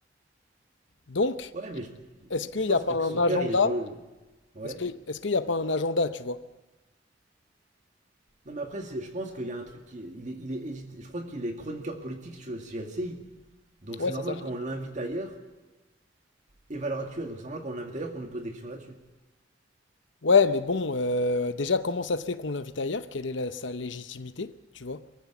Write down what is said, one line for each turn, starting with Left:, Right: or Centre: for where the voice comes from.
Left: Donc,
Right: Ouais, mais je,
Left: est-ce qu'il
Right: je
Left: n'y
Right: pense
Left: a
Right: que
Left: pas
Right: c'est parce
Left: un
Right: que son
Left: agenda?
Right: père, il est poli- Ouais.
Left: Est-ce que, est-ce qu'il n'y a pas un agenda, tu vois?
Right: Non, mais après, je pense qu'il y a un truc qui. Il est, il est édité- Je crois qu'il est chroniqueur politique sur- chez LCI. Donc
Left: Ouais,
Right: c'est normal
Left: c'est ça.
Right: quand on l'invite ailleurs et valeur actuelle. Donc c'est normal quand on l'invite ailleurs qu'on lui pose des questions là-dessus.
Left: Ouais, mais bon, euh, déjà, comment ça se fait qu'on l'invite ailleurs? Quelle est la- sa légitimité, tu vois?